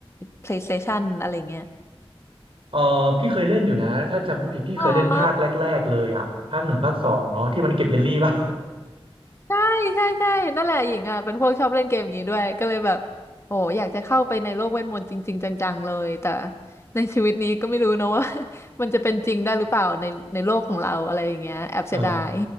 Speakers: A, on the left; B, on the right.
A: PlayStation อะไรเงี้ย
B: เออพี่เคยเล่นอยู่นะถ้าจำไม่ผิดพี่เคยเล่นภาคแรกๆเลยอ่ะภาคหนึ่งภาคสองเนาะที่มันเก็บเยลลี่ป่ะ
A: อ๋อใช่ใช่ใช่นั่นแหละหญิงอ่ะเป็นพวกชอบเล่นเกมอย่างนี้ด้วยก็เลยแบบโอ้อยากจะเข้าไปในโลกเวทมนต์จริงๆจังๆเลยแต่ในชีวิตนี้ก็ไม่รู้นะว่า <laughs> มันจะเป็นจริงได้หรือเปล่าในในโลกของเราอะไรอย่างเงี้ยแอบเสียดาย
B: <laughs> เออ